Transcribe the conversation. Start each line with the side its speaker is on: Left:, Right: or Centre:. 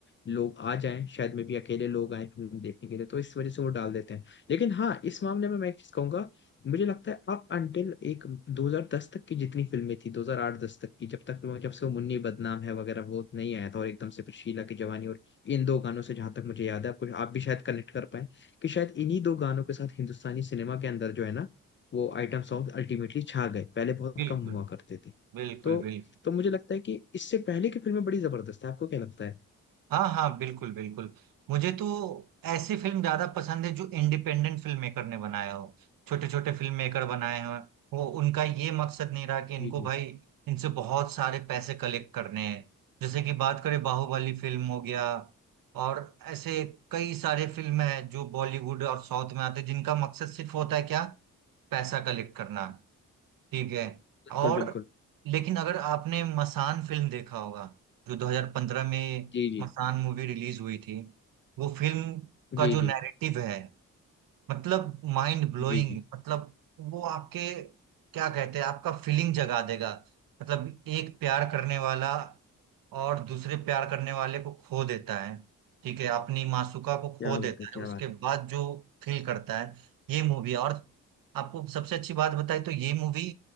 Left: लोग आ जाएं शायद में भी अकेले लोग आए फिल्म देखने के लिए तो इस वजह से वो डाल देते हैं लेकिन हाँ इस मामले में मैं एक चीज कहूंगा मुझे लगता है अप अंटिल एक 2010 तक की जितनी फिल्में थी 2008-10 तक की जब तक वो- जब से वो मुन्नी बदनाम है वगैरह वो नहीं आया था और एकदम से फिर शीला की जवानी और इन दो गानों से जहां तक मुझे याद है आपको आप भी शायद कनेक्ट कर पाए कि शायद इन्हीं दो गानों के साथ हिंदुस्तानी सिनेमा के अंदर जो है ना वो आइटम सॉन्ग अल्टीमेटली छा गए पहले बहुत
Right: बिल्कुल
Left: कम हुआ करते थे
Right: बिल्कुल
Left: तो
Right: बिल्कुल
Left: तो मुझे लगता है कि इससे पहले की फिल्में बड़ी जबरदस्त है आपको क्या लगता है
Right: हाँ हाँ बिल्कुल बिल्कुल मुझे तो ऐसी फिल्म ज्यादा पसंद है जो इंडिपेंडेंट फिल्म मेकर ने बनाया हो छोटे छोटे फिल्म मेकर बनाए हो वो उनका ये मकसद नहीं रहा कि इनको
Left: जी
Right: भाई इनसे बहुत सारे पैसे कलेक्ट करने हैं जैसे कि बात करें बाहुबली फिल्म हो गया और ऐसे कई सारे फिल्म हैं जो बॉलीवुड और साउथ में आते हैं जिनका मकसद सिर्फ होता है क्या पैसा कलेक्ट करना ठीक है
Left: बिल्कुल
Right: और
Left: बिल्कुल
Right: लेकिन अगर आपने मसान फिल्म देखा होगा जो 2015 में
Left: जी जी
Right: मसान मूवी रिलीज हुई थी वो फिल्म
Left: जी
Right: का जो
Left: जी
Right: नैरेटिव है मतलब माइंड ब्लोइंग
Left: जी जी
Right: मतलब वो आपके क्या कहते हैं आपका फीलिंग जगा देगा मतलब एक प्यार करने वाला और दूसरे प्यार करने वाले को खो देता है ठीक है अपनी मासूका को खो
Left: क्या
Right: देता
Left: बात है क्या
Right: है उसके
Left: बात है
Right: बाद जो फील करता है ये मूवी और आपको सबसे अच्छी बात बताए तो ये मूवी